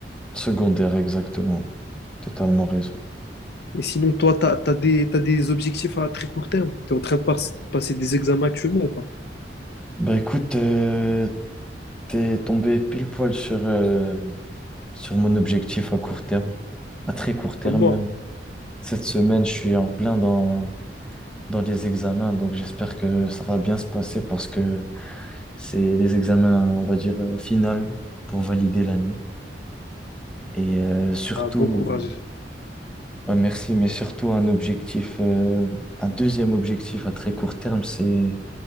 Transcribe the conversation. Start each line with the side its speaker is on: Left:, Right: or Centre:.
Centre: Secondaire, exactement. Totalement raison.
Left: Et sinon, toi, t'as t'as des, t'as des objectifs à très court terme. t'es en train de pas- passer des examens actuellement ou pas?
Centre: Bah écoute, euh, t'es tombé pile poil sur, euh, sur mon objectif à court terme, à très court terme
Left: Comme moi.
Centre: même. Cette semaine, je suis en plein dans, dans les examens, donc j'espère que ça va bien se passer parce que c'est les examens, on va dire, euh, final pour valider l'année. Et euh, surtout,
Left: Ah, bon courage.
Centre: ouais, merci, mais surtout un objectif, euh, un deuxième objectif à très court terme, c'est